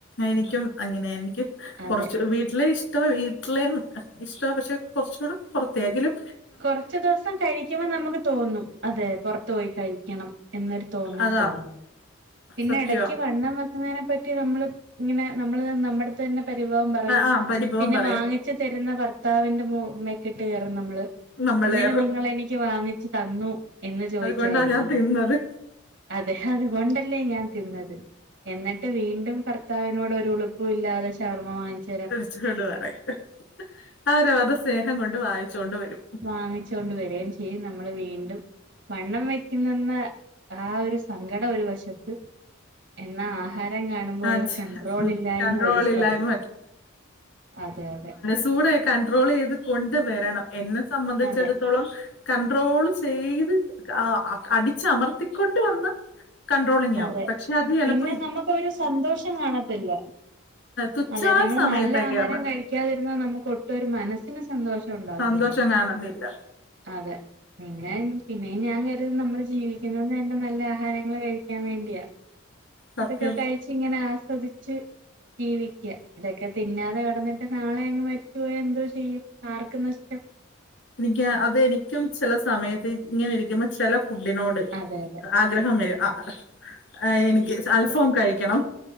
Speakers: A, on the left; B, on the right.
A: എനിക്കും അങ്ങനെയാ എനിക്ക്
B: അതെ
A: കൊറച്ച് വീട്ടിലെ ഇഷ് ട്ടവാ വീട്ടിലേയും ഇഷ്ടവാ പക്ഷെ കൊറച്ചുകൂടി പുറത്തയാ എങ്കിലും
B: കൊറച്ചു ദിവസം കഴിക്കുമ്പോ നമുക്ക് തോന്നും. അതെ പൊറത്തു പോയി കഴിക്കണം എന്നൊരു തോന്നൽ
A: അതാ
B: തോന്നും. പിന്നെ
A: സത്യവാ
B: എടയ്ക്ക് വണ്ണം വെക്കുന്നതിനെ പറ്റി നമ്മള് ഇങ്ങനെ നമ്മള് നമ്മടടുത്ത്തന്നെ പരിഭവം പറയും
A: ആ പരിഭവം
B: പിന്നെ
A: പറയും
B: വാങ്ങിച്ച് തരുന്ന ഭർത്താവിന്റെ മെക്കിട്ട് കയറും നമ്മള്
A: നമ്മള്
B: എന്തിന് നിങ്ങളെനിക്ക് വാങ്ങിച്ചു തന്നു എന്ന് ചോദിച്ചായിരിക്കും
A: അതുകൊണ്ടാ ഞാൻ തിന്നത്
B: അത് അതുകൊണ്ടല്ലേ ഞാൻ തിന്നത്. എന്നിട്ട് വീണ്ടും ഭർത്താവിനോട് ഒരുളുപ്പില്ലാതെ ഷവർമ്മ വാങ്ങിച്ച്
A: <unintelligible> പറയും അവരവരുടെ സ്നേഹം കൊണ്ട് വാങ്ങിച്ചൊണ്ട് വരും.
B: വാങ്ങിച്ചു കൊണ്ട് വരുകയും ചെയ്യും നമ്മള് വീണ്ടും വണ്ണം വെക്കുന്നന്ന്‌ ആ ഒരു സങ്കടം ഒരു വശത്ത് എന്നാ ആഹാരം കാണുമ്പോൾ
A: ആ
B: ഒള്ള കണ്ട്രോൾ
A: ഉം
B: ഇല്ലായ്മ
A: കൺട്രോളില്ലായ്മ
B: ഒരു സ്ഥലത്ത് അതെ അതെ
A: കൂടെ കണ്ട്രോൾ ചെയ്ത് കൊണ്ട് വരണം എന്നെ സംബന്ധിച്ചിടത്തോളം
B: അതെ
A: കൺട്രോള് ചെയ്ത് അടിച്ചമർത്തിക്കൊണ്ട് വന്ന് കൺട്രോളിംഗ്
B: അതെ
A: ആകും പക്ഷെ അത് ചെലപ്പോ
B: പിന്നെ നമുക്കൊരു സന്തോഷം കാണത്തില്ല
A: തുച്ഛായ
B: അതേ നമ്മള്
A: സമയത്തേക്കുള്ള
B: നല്ല ആഹാരം കഴിക്കാതിരുന്ന നമുക്ക് ഒട്ടു ഒരു മനസ്സിന് സന്തോഷം ഉണ്ടാവത്തില്ല
A: സന്തോഷം കാണുന്നില്ല
B: അതെ പിന്നെ പിന്നെയും ഞാൻ കരുതി നമ്മള് ജീവിക്കുന്നത് തന്നെ നല്ല ആഹാരങ്ങൾ കഴിക്കാൻ കഴിക്കാൻ വേണ്ടിയ
A: സത്യം
B: അതൊക്കെ കഴിച്ച് ഇങ്ങനെ ആസ്വദിച്ച് ജീവിക്കുക ഇതൊക്കെ തിന്നാതെ കെടന്നിട്ട് നാളെ അങ്ങ് മരിച്ചുപോയാ എന്തോ ചെയ്യും ആർക്കും നഷ്ടം
A: എനിക്ക് അതെനിക്കും ചെല സമയത്ത് ഇങ്ങനെ ഇരിക്കുമ്പോ ചെല ഫുഡിനോട്
B: അതെ അതെ
A: ആഗ്രഹം വരും ആ എനിക്ക് അൽഫാം
B: അതെ
A: കഴിക്കണം